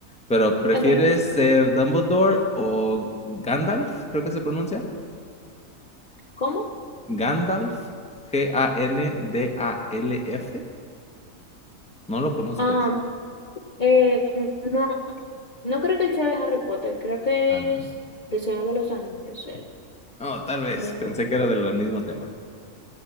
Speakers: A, in the centre; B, on the left.
A: pero ¿prefieres
B: Ok,
A: ser Dumbledore o Gandalf? Creo que se pronuncia.
B: ¿cómo?
A: Gandalf, G-A-N-D-A-L-F. No lo conozco
B: Am,
A: eso.
B: eh, no, no creo que él sea de Harry Potter, creo que
A: Ah, no.
B: es del Señor de los Anillos, él,
A: No, tal vez.
B: creo.
A: Pensé que era del mismo tema.